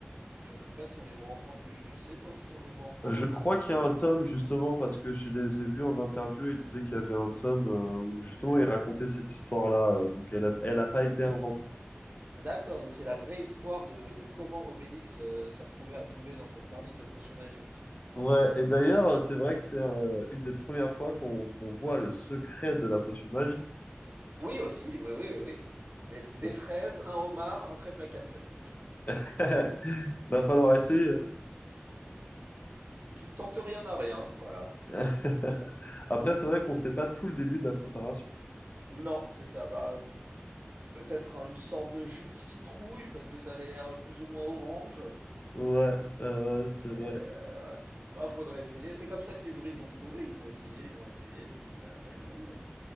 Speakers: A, on the right; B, on the left.
A: Donc je sais pas si on les voit enfants, tu, tu sais toi si on les voit enfants
B: Je
A: dans les
B: crois
A: bandes dessinées?
B: qu'il y a un tome, justement, parce que je les ai vus en interview et ils disaient qu'il y avait un tome euh, où, justement, ils racontaient cette histoire-là. euh, Donc, elle a, elle a pas
A: Mm.
B: été inventée.
A: Ah, D'accord, donc c'est la vraie histoire de, de comment Obélix euh, s'est retrouvé à tomber dans cette marmite de potions magiques.
B: Ouais, et d'ailleurs, euh, c'est vrai que c'est euh, une des premières fois qu'on qu'on voit le secret de la potion magique.
A: Oui aussi, oui, oui, oui. oui. Des, des
B: Ça, c'est-
A: fraises, un homard, un trèfle à quatre feuilles.
B: <laughs> Va falloir essayer. hein.
A: Qui ne tente rien à rien, hein. voilà.
B: <laughs> Après, c'est vrai qu'on sait pas tout le début de la préparation.
A: Non, c'est ça. Bah, peut-être hein, une sorte de jus de citrouille parce que ça avait l'air plus ou moins orange.
B: Ouais, euh, c'est
A: Mais euh,
B: vrai.
A: ouais. bah, faudrait essayer. C'est comme ça que les druides l'ont trouvé. Ils ont essayé, ils ont essayé, et puis à la fin ils l'ont eu. hein.